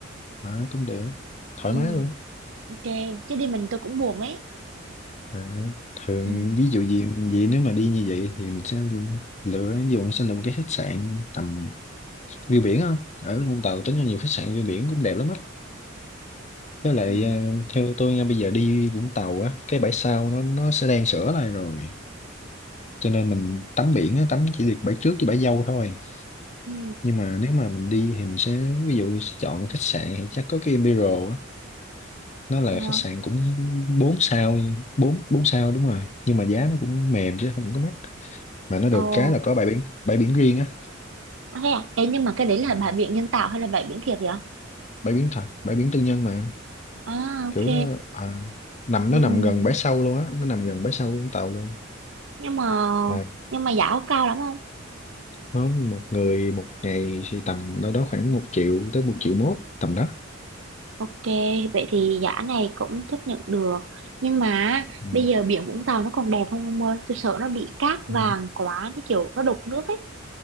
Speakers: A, on the left; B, on the right.
A: À, cũng được. Thoải
B: Ừ,
A: mái luôn.
B: ok, chứ đi mình tôi cũng buồn ấy.
A: À, thường
B: Ừ.
A: ví dụ gì vậy nếu mà đi như vậy thì mình sẽ lựa ví dụ mình sẽ lựa một cái khách sạn tầm view biển không ở Vũng Tàu tính ra nhiều khách sạn view biển cũng đẹp lắm á với lại
B: Ừ.
A: à, theo tôi nha bây giờ đi Vũng Tàu á cái bãi sau nó nó sẽ đang sửa lại rồi cho nên mình tắm biển á tắm chỉ được bãi trước với bãi dâu thôi
B: Ừ.
A: nhưng mà nếu mà mình đi thì mình sẽ ví dụ sẽ chọn khách sạn thì chắc có cái Imperial á nó là
B: Nghe
A: khách
B: hả?
A: sạn cũng 4 sao 4 bốn bốn sao đúng rồi nhưng mà giá nó cũng mềm chứ không có mắc mà nó được
B: Ồ,
A: cái là có bãi biển bãi biển riêng á
B: à, thế à? Ê, nhưng mà cái đấy là
A: à,
B: bãi biển nhân tạo hay là bãi biển thiệt vậy?
A: bãi biển thật bãi biển tư nhân mà
B: À, ok.
A: kiểu nó à, nằm
B: Ừ,
A: nó
B: ừ.
A: nằm gần bãi sâu luôn á nó nằm gần bãi sâu Vũng Tàu luôn
B: Nhưng mà
A: là
B: nhưng mà giá có cao lắm không?
A: không một người một ngày thì tầm đâu đó khoảng một triệu tới một triệu mốt tầm đó
B: Ok, vậy thì giá này cũng chấp nhận được. Nhưng mà
A: ừ.
B: bây giờ biển Vũng Tàu nó còn đẹp không ông ơi? Tôi sợ nó bị cát vàng
A: Ừ.
B: quá, cái kiểu nó đục nước ấy.